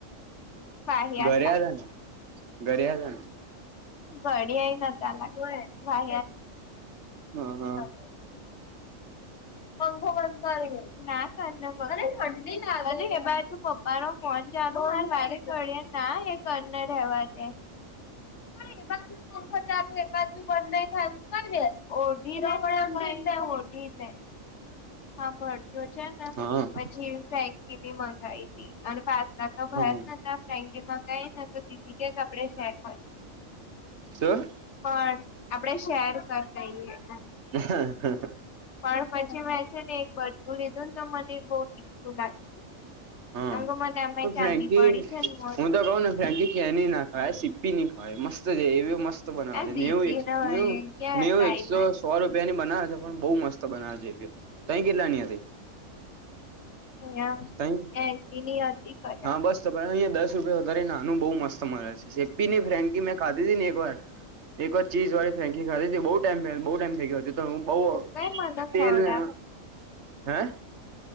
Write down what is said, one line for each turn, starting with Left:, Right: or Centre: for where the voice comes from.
Left: વાહિયાત
Right: ઘરે હતા ને ઘરે હતા ને
Left: ઘડિયા નતા લાગવા
Right: હા
Left: <unintelligible> પંખો બંધ કરવી ના કર મને ઠંડી લાગે એ બાજુ પપ્પા નો ફોન ચાલુ હોય વાળે ઘડીએ ના એ કર્નડ રહેેવા દે <unintelligible> હજાર એકાદ બનાઈ થાય કર દે ઓઢી પણ એમ <unintelligible> હા ભરો છે ને
Right: હા હા
Left: પછી ફેક બી મંગાવી હતી અને પાસ્તા તો ભય
Right: હમ
Left: જ ન ફેન્કી મંગાવાઈ <unintelligible> બીજે કે કપડે શેર હોય
Right: શું
Left: પણ આપડે શેર કર દઈએ
Right: હ.
Left: પણ પછી મેં છે ને, એક બારથી લીધું ને, તો મને બહુ તીખું લાગતું.
Right: હા
Left: એમ તો મને એમાંય ચાંદી
Right: ફ્રેન્કી
Left: પડી છે ને, મોડે.
Right: હું તો કઉ ને કેની ના ખાય સીપ્પી ની ખાય મસ્ત છે, એવી મસ્ત. બનાવે
Left: એ
Right: છે,
Left: દીદી
Right: નેવું એક
Left: ને
Right: નેવું
Left: કે
Right: નેવું
Left: ટ્રાયમાં
Right: એકસો. સો રૂપિયા ની બનાવે છે, પણ બહુ મસ્ત બનાવે છે, તહી કેટલાની હતી.
Left: અહીં
Right: તઈ
Left: એસી નહીં હતી કઈ.
Right: હા બસ તો અહીયાં દસ રૂપિયા વધારે નાનું બહુ મળે છે, સેપી ની ફ્રેન્ડ મે. ખાધી ને એક વાર એક વાર ચીઝ વાળ ફેંકી ખાધી, બહુ ટાઈમ બઉુ ટાઈમ થઈ ગયો. તો હું બઉ
Left: તું કઈ મને
Right: તેલને,
Left: ખવડાવ
Right: હે?